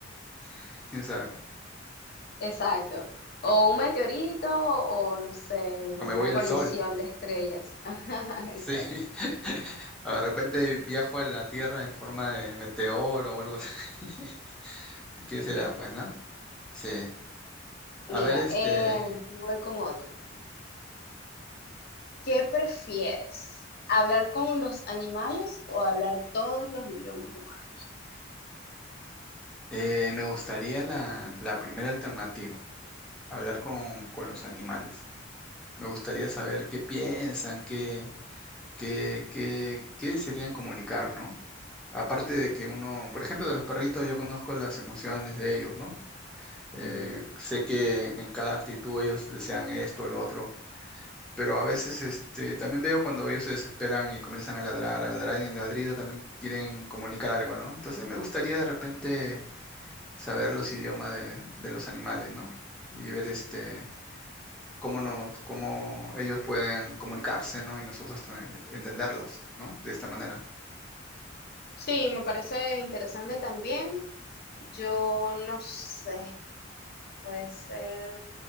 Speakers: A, in the centre; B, on the left.
A: <laughs> quién sabe,
B: Exacto. O un meteorito o no sé, una
A: o me voy al
B: colisión
A: sol.
B: de estrellas. <laughs> Ajá,
A: Sí.
B: Exacto.
A: <laughs> O De repente viajo a la Tierra en forma de meteoro o algo así. <laughs> ¿Qué
B: Qué
A: será,
B: loco.
A: pues, no? Sí. A
B: Mira,
A: ver, este,
B: eh, y voy con otra. ¿Qué prefieres? ¿Hablar con los animales o hablar todos los idiomas humanos?
A: eh, me gustaría la, la primera alternativa, hablar con, con los animales. Me gustaría saber qué piensan, qué, qué, qué, qué serían comunicar, ¿no? Aparte de que uno, por ejemplo, de los perritos yo conozco las emociones de ellos, ¿no? Eh,
B: Ujú.
A: sé que en cada actitud ellos desean esto o lo otro. Pero a veces este, también veo cuando ellos se desesperan y comienzan a ladrar, a ladrar y en ladrido también quieren comunicar algo, ¿no? Entonces me gustaría de repente saber los idiomas de, de los animales, ¿no? Y ver este, cómo nos, cómo ellos pueden comunicarse, ¿no? Y nosotros eh, entenderlos, ¿no? De esta manera.
B: Sí, me parece interesante también. Yo no sé, puede ser.